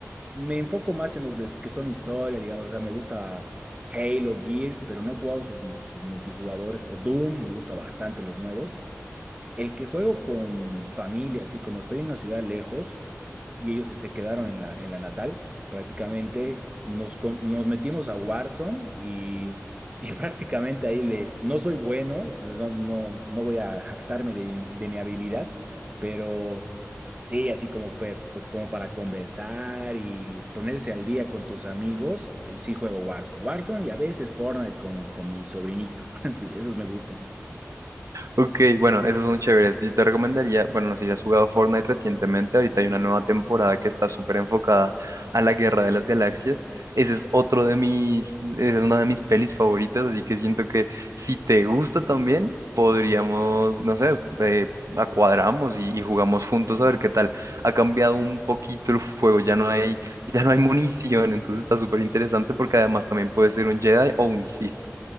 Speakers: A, on the right; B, on the right.
A: Me enfoco más en los des- que son historia, digamos, o sea, me gusta Halo, Gears, pero no he jugado sus, sus multijugadores o Doom, me gusta bastante los nuevos. El que juego con familia, así como estoy en una ciudad lejos y ellos se quedaron en la, en la natal, prácticamente nos, com- nos metimos a Warzone y, y <laughs> prácticamente ahí le... No soy bueno, no, no, no voy a jactarme de, mi de mi habilidad, pero sí, así como, pe- co- como para conversar y ponerse al día con tus amigos, eh, sí juego Warzone. Warzone y a veces Fortnite con, con mi sobrinito. <laughs> Sí, esos me gustan.
B: Ok, bueno, esos son chéveres. Yo te recomendaría, bueno, no sé si has jugado Fortnite recientemente, ahorita hay una nueva temporada que está súper enfocada a la Guerra de las Galaxias. Ese es otro de mis, esa es una de mis pelis favoritas, así que siento que si te gusta también, podríamos, no sé, eh, acuadramos y, y jugamos juntos a ver qué tal. Ha cambiado un poquito el juego, ya no hay, ya no hay munición, entonces está súper interesante porque además también puede ser un Jedi o un Sith.